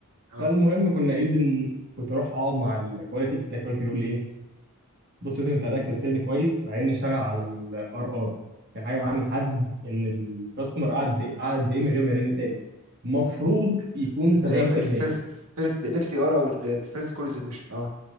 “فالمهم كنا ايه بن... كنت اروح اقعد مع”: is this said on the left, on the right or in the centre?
Right